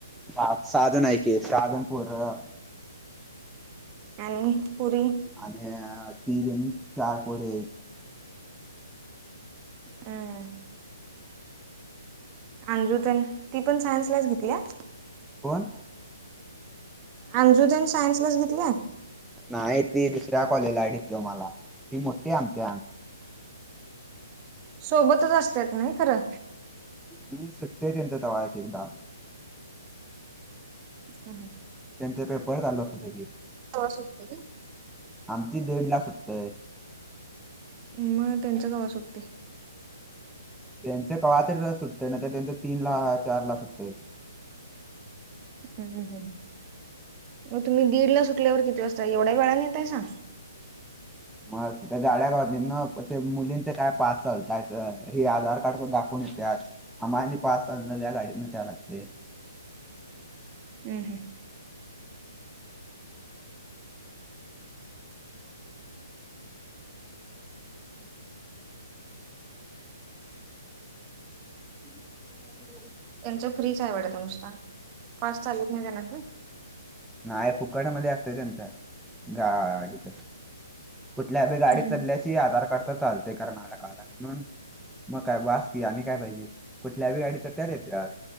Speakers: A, in the centre; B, on the right.
A: सा साहा जन ऐकी सहा जण पुर्ण.
B: आणि पुढे.
A: आणि तीन, चार पोरं हे.
B: हम्म अमृता ती पण सायन्स लाच घेतली का.
A: कोण?
B: अंजुदन सायन्स लाच घेतल्या
A: नाही त दुसऱ्या कॉलेजलाडिकलं मला ती मोठी आमची
B: सोबतच असतात नाही खरं
A: मी सुटतेय त्यांचा दवा एक एकदा
B: अ
A: त्यांचे परत आल होत ते.
B: <unintelligible> होत का
A: आमची दीड ला सुटत य..
B: मग त्यांच कवा सुटते.
A: त्यांच राहते सुटतं नाही तर त्यांच तीन ला चार ला सुटतय.
B: हम्म मग तुम्ही दीड ला सुटल्यावर किती वाजता एवढ्या वेळाने येतायसा?
A: मग त्या गाड्या गाव ना ते मुलींचे काय पास चालताय हे आधार कार्ड दाखवून येतात. आम्हा आणि पाच तास झाल्या गाडीतनं जाया लागतयं.
B: हं हम्म
A: <unintelligible>
B: त्यांच्या फ्रीज आहे वाटतं नुसता फास्ट चालत नाही त्यांना
A: नाय फुकट मध्ये असतंय त्यांचा गाडीचा कुठल्या तर गाडीत
B: हम्म
A: चढल्याशी आधार कार्ड तर चालतयं कार ना का म्हणून मग काय वा की आणि काय पाहिजे कुठल्यावी गाडीच तयार येत्यात.